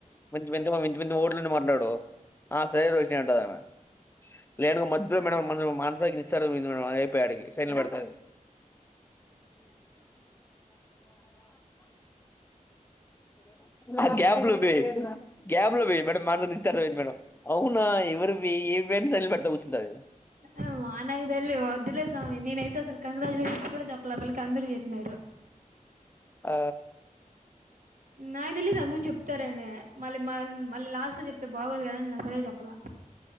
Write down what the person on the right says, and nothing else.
ఆ మానగదళ్లి వద్దులే స్వామి నేనైతే అసలు కంగ్రాట్యులేషన్ కూడా చెప్పలే పలికి అందరు చెప్పినారు
నాకు తెలియదు అందర చెప్తారేనే మళ్ళీ మళ్ళీ లాస్ట్ లో చెప్తే బాగోదు కదని నేను అసలు చెప్పలే